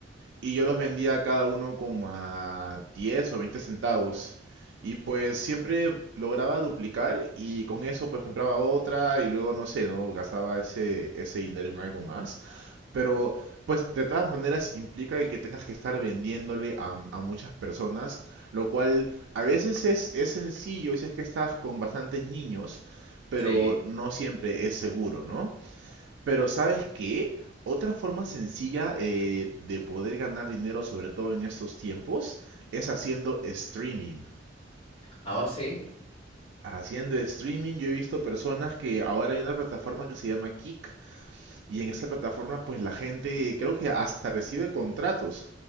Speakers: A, on the right; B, on the left.
A: y yo los vendía a cada uno como a 10 o 20 centavos. Y pues siempre lograba duplicar y con eso pues compraba otra y luego no sé, ¿no? Gastaba ese, ese dinero en algo más. Pero pues de todas maneras implica el que tengas que estar vendiéndole a, a muchas personas, lo cual a veces es, es sencillo si es que estás con bastantes niños, pero
B: sí.
A: no siempre es seguro, ¿no? Pero ¿sabes qué? Otra forma sencilla eh, de poder ganar dinero, sobre todo en estos tiempos, es haciendo streaming.
B: Ah, Oh, sí,
A: Haciendo streaming yo he visto personas que ahora hay una plataforma que se llama Kick y en esta plataforma pues la gente creo que hasta recibe contratos